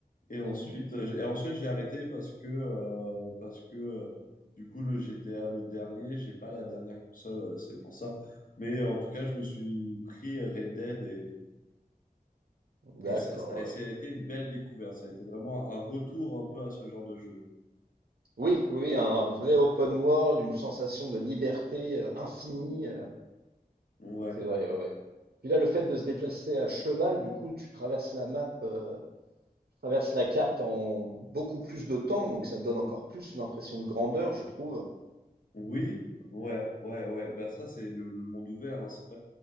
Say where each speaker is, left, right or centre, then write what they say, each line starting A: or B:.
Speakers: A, on the left; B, on the right.
A: Et ensuite,
B: mhm,
A: euh, j'ai- et ensuite j'ai arrêté parce que, euh, parce que euh, du coup, le GTA, le dernier, j'ai pas la dernière console, euh, c'est pour ça. Mais euh, en tout cas, je me suis pris Red Dead et,
B: d'accord.
A: et ça, ça a
B: ouais,
A: ça
B: ouais.
A: a été une belle découverte. Ça a été vraiment un retour un peu à ce genre de jeu.
B: Oui, oui, oui, un vrai open world, une sensation de liberté euh, infinie. euh,
A: Ouais.
B: c'est vrai. Ouais. ouais. Puis là, le fait de se déplacer à cheval, du coup, tu traverses la map. euh, traverse la carte en beaucoup plus de temps, donc ça donne encore plus une impression de grandeur, je trouve.
A: Oui, ouais, ouais, ouais. Bah ça, c'est le, le monde ouvert, hein, c'est vrai.